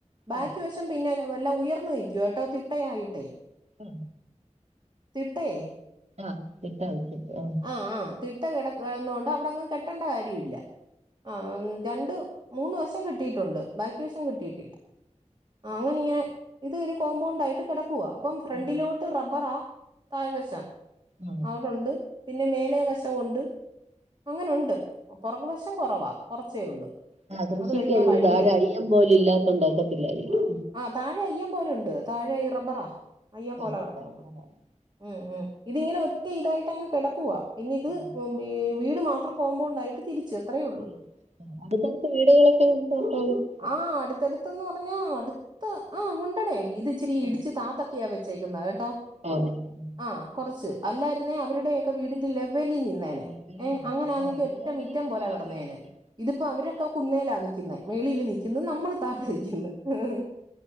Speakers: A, on the right (about 40°); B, on the right (about 60°).
A: ബാക്കി
B: ആഹ്
A: വശം പിന്നെ വല്ല ഉയർന്നു നിൽക്കുവട്ടോ തിട്ടായായിട്ടെ
B: ആഹ
A: തിട്ടേ
B: ആ തിട്ടയായിട്ടേ ആ
A: ആ ആ തിട്ട കെട കെടന്നോണ്ട് അവിടെങ്ങ് കെട്ടേണ്ട കാര്യവില്ല ആ രണ്ടു മൂന്ന് വശം കെട്ടിയിട്ടുണ്ട് ബാക്കി വശം കെട്ടിയിട്ടില്ല ആ അങ്ങനെ ഇങ്ങനെ ഇതൊരു കോമ്പൗണ്ടായിട്ട് കെടക്കുവാ അപ്പം ഫ്രണ്ടിലോട്ട്
B: ആഹ്
A: റബ്ബറാ താഴ്വശം
B: ആഹ്
A: അവിടുണ്ട് പിന്നെ മേലെ വശം ഉണ്ട് അങ്ങനെ ഉണ്ട് പൊറക് വശം കൊറവാ കൊറച്ചേ ഉള്ളൂ
B: ആഹ കൃഷിക്കെന്നും
A: അത് കഴിഞ്ഞാൽ വഴിയാ
B: ധാരാ അയ്യൻ പോലെ ഇല്ലാത്തോണ്ടോക്കത്തില്ലായിരിക്കും
A: ആ താഴെ അയ്യം പോലെ ഉണ്ട് താഴെ റബ്ബറാ അയ്യം പോലെ
B: ആ, ആ,
A: കെടപ്പുണ്ട്
B: ആ,
A: ഉം ഉം ഇതിങ്ങനെ ഒറ്റ ഇതായിട്ട് അങ്ങ് കെടക്കുവാ പിന്നെ ഇത്
B: ആ,
A: ഉം വീ വീട് മാ ത്രം കോമ്പൗണ്ട് ആയിട്ട് തിരിച്ച് അത്രേ ഉള്ളൂ
B: ഉം ഉം അടുത്തടുത്ത് വീടുകളൊക്കെ ഉണ്ടോ <unintelligible>
A: ആഹ് അടുത്തടുത്തന്ന് പറഞ്ഞ അടുത്ത് ആ ഉണ്ടടേ ഇത് ഇച്ചിരി
B: ആ,
A: ഇടിച്ച് താത്തക്കിയ വെ ച്ചെക്കുന്നേ കേട്ടോ.
B: <unintelligible>
A: ആ കൊറച്ച് അല്ലായിരുന്നേ അവരുടെയൊക്കെ വീടിന്റെ ലെവലിൽ നി ന്നേനെ
B: റോഡിന്
A: ഏ അങ്ങനാന്നെങ്കി ഒറ്റ മിറ്റം പോലെ
B: താഴെയായി
A: കെടന്നേനെ ഇതിപ്പോ അവരൊക്കെ കുന്നേലാ നിക്കുന്നേ മേളില് നിക്കുന്നു നമ്മള് താഴെ നിക്കുന്ന്. ഉം